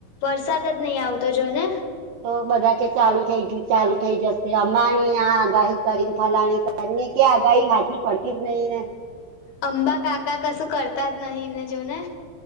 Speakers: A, on the left (about 60°); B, on the right (about 75°).
A: વરસાદ જ નહી આવતો જો ને
B: તો બધા કે ચાલુ થઈ ગયું ચાલુ થઇજશે અંબાલાલની આ આગાહી કરીને ફલાણી કરીને કે આગાહી હાચી પડતી જ નહીિ ને
A: અંબા કાકા કસું કરતા જ નથીહી જો ને